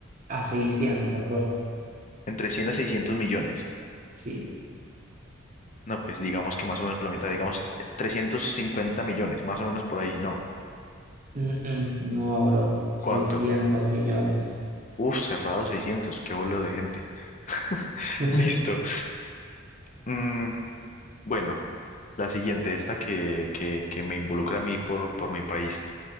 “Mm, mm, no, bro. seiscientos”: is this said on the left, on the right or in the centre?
Right